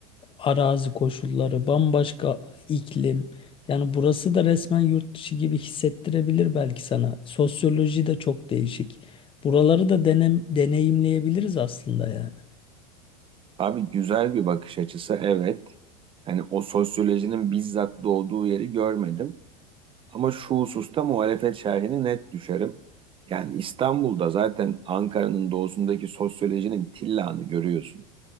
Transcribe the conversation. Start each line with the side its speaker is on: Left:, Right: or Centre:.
Left: arazi koşulları, bambaşka iklim. Yani burası da resmen yurt dışı gibi hissettirebilir belki sana. Sosyoloji de çok değişik. Buraları da denem, deneyimleyebiliriz aslında yani.
Right: Abi güzel bir bakış açısı evet. Hani o sosyolojinin bizzat doğduğu yeri görmedim. Ama şu hususta muhalefet şerhine net düşerim. Yani İstanbul'da zaten Ankara'nın doğusundaki sosyolojinin tillanı görüyorsun.